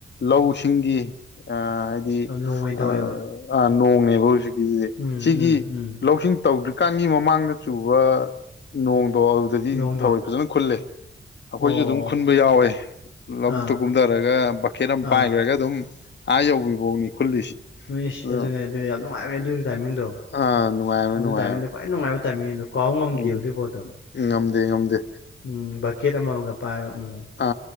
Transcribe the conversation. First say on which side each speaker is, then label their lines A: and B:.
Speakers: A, on the left; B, on the left.
A: ꯂꯧꯁꯤꯡꯒꯤ ꯑ
B: ꯅꯣꯡ ꯑꯣꯏꯅ ꯇꯧꯔꯦꯕ
A: <unintelligible> ꯑ ꯅꯣꯡꯅꯦꯕ ꯍꯧꯖꯤꯛꯀꯤꯖꯤꯗꯤ
B: ꯎꯝ
A: ꯁꯤꯒꯤ
B: ꯎꯝ ꯎꯝ
A: ꯂꯧꯁꯤꯡ ꯇꯧꯗ꯭ꯔꯤ ꯀꯥꯟꯒꯤ ꯃꯃꯥꯡꯗ ꯆꯨꯕ ꯅꯣꯡꯗꯣ ꯑꯗꯨꯗꯗꯤ
B: ꯅꯣꯡꯗꯣ
A: ꯊꯔꯣꯏ ꯐꯖꯅ ꯈꯨꯜꯂꯦ ꯑꯩꯈꯣꯏꯖꯨ
B: ꯑꯣ
A: ꯑꯗꯨꯝ ꯈꯨꯟꯕ ꯌꯥꯎꯋꯦ ꯂꯧꯕꯨꯛꯇ
B: ꯑꯥ
A: ꯀꯨꯝꯊꯔꯒ ꯕꯛꯀꯦꯠ ꯑꯃ
B: ꯑꯥ
A: ꯄꯥꯏꯈ꯭ꯔꯒ ꯑꯗꯨꯝ ꯑꯥ ꯌꯧꯕꯤꯕꯧꯅꯤ ꯈꯨꯜꯂꯤꯁꯤ꯫
B: ꯏꯁ
A: ꯑꯗꯣ
B: ꯑꯗꯨꯅꯦ ꯑꯗꯨꯗꯤ ꯌꯥꯝ ꯅꯨꯡꯉꯥꯏꯕꯅꯦ ꯑꯗꯨꯒꯤ ꯇꯥꯏꯃꯤꯡꯗꯣ
A: ꯑꯥ ꯅꯨꯡꯉꯥꯏꯕꯅꯤ
B: ꯑꯗꯨꯒꯤ
A: ꯅꯨꯡꯉꯥꯏꯕꯅꯤ
B: ꯇꯥꯏꯃꯤꯡꯗꯣ ꯈ꯭ꯋꯥꯏ ꯅꯨꯡꯉꯥꯏꯕ ꯇꯥꯏꯃꯤꯡꯅꯦ ꯑꯗꯣ ꯀꯥꯎ ꯉꯝꯗꯦꯕ
A: ꯎꯝ
B: ꯑꯗꯨꯏ ꯄꯣꯠꯇꯣ
A: ꯉꯝꯗꯦ ꯉꯝꯗꯦ꯫
B: ꯎꯝ ꯕꯛꯀꯦꯠ ꯑꯃꯃꯒ ꯄꯥꯏꯕ ꯎꯝ꯫
A: ꯑ